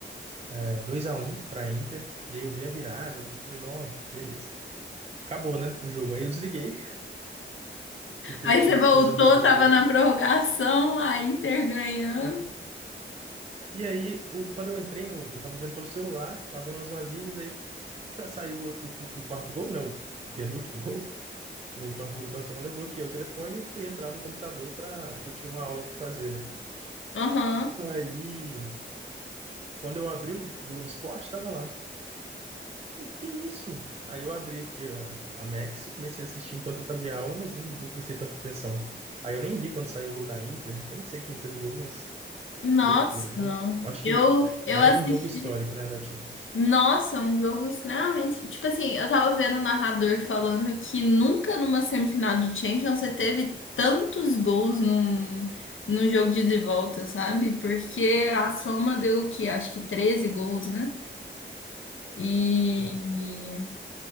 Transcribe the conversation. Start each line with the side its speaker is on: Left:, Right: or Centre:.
Right: é, dois a um para Inter. E aí eu vi a virada, tudo. Falei, não, beleza. acabou, né, o jogo. Aí eu desliguei, porque
Left: Aí
Right: eu tinha
Left: você voltou,
Right: que fazer umas coisas
Left: tava
Right: que eu...
Left: na prorrogação, a Inter ganhando.
Right: E aí, o, quando eu entrei no... Eu tava vendo pelo celular, lavando as vasilhas, aí sa- saiu o, último, o quarto gol, né, o penúltimo gol, o quarto gol do Barcelona, eu bloqueei o telefone e fui entrar no computador para eu tinha uma aula para fazer, né.
Left: Aham.
Right: Aí, quando eu abri o Globo Esporte, estava lá. Falei, que isso? Aí eu abri aqui a, a Max e comecei a assistir enquanto eu fazia aula, mas não, não prestei tanta atenção. Aí eu nem vi quando saiu o gol da Inter, nem sei quem fez o gol, mas
Left: Nossa,
Right: Loucura, viu?
Left: não.
Right: Acho
Left: Eu,
Right: que mais
Left: eu assisti.
Right: um jogo histórico, né, na Champions.
Left: Nossa, um jogo extremamente. Tipo assim, eu tava vendo o narrador falando que nunca numa semifinal de Champions você teve tantos gols num, num jogo de ida e volta, sabe? Porque a soma deu o quê? Acho que 13 gols, né? E.
Right: É,